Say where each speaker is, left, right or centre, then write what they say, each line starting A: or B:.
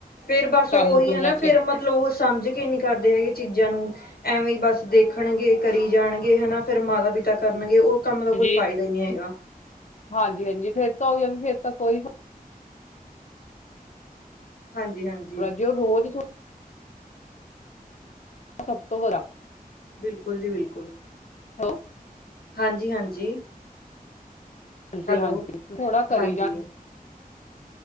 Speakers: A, on the left; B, on the left.
A: ਫੇਰ ਬਸ
B: ਕੰਮ
A: ਓਹੀ
B: ਪੂਰਾ
A: ਹੈ ਨਾ, ਫੇਰ
B: ਕਰ
A: ਮਤਲਬ ਉਹ ਸਮਝ ਕੇ ਨਹੀਂ ਕਰਦੇ ਹੈਗੇ ਚੀਜ਼ਾਂ ਨੂੰ ਐਵੇਂ ਈ ਬਸ ਦੇਖਣਗੇ ਕਰੀ ਜਾਣਗੇ ਹਨਾ, ਫੇਰ ਮਾਤਾ-ਪਿਤਾ ਕਰਨਗੇ ਉਹ ਕੰਮ ਦਾ ਕੋਈ
B: ਜੀ
A: ਫਾਇਦਾ ਈ ਨਹੀਂ ਹੈਗਾ।
B: ਹਾਂਜੀ-ਹਾਂਜੀ, ਫੇਰ ਤਾਂ ਓਹੀ ਹੈ ਫੇਰ ਤਾਂ ਕੋਈ
A: ਹਾਂਜੀ-ਹਾਂਜੀ।
B: ਰਜਿਓ ਰੋਜ਼ ਥੋੜਾ ਸਭ ਤੋਂ ਬੜਾ
A: ਬਿਲਕੁਲ ਜੀ ਬਿਲਕੁਲ
B: <unintelligible>
A: ਹਾਂਜੀ ਹਾਂਜੀ,
B: ਹਾਂਜੀ-ਹਾਂਜੀ
A: ਹੈਲੋ
B: ਥੋੜਾ ਕਰੀ
A: ਹਾਂਜੀ
B: ਜਾ